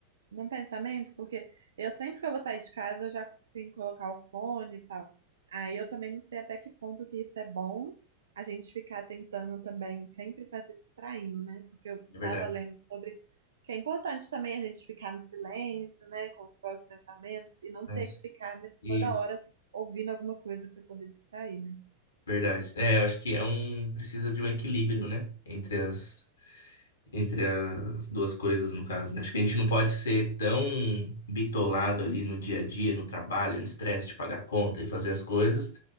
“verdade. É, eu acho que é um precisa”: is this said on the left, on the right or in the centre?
Left